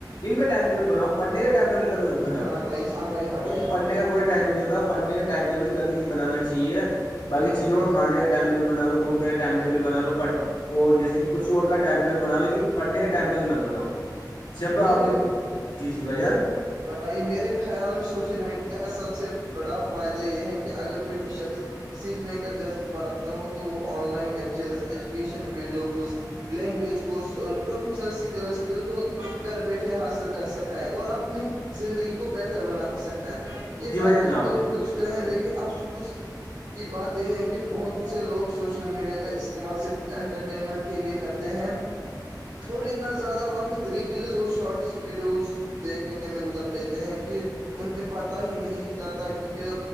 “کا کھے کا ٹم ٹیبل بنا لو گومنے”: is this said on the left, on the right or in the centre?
Left